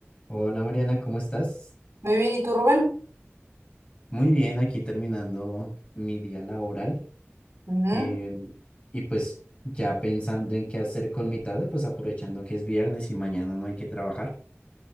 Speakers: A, on the left (about 30°); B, on the right (about 65°).
A: Hola Mariana, ¿cómo estás?
B: Muy bien, ¿y tú, Rubén?
A: Muy bien, aquí terminando mi día laboral
B: Ujú,
A: em, y pues ya pensando en qué hacer con mi tarde, pues aprovechando que es viernes y mañana no hay que trabajar.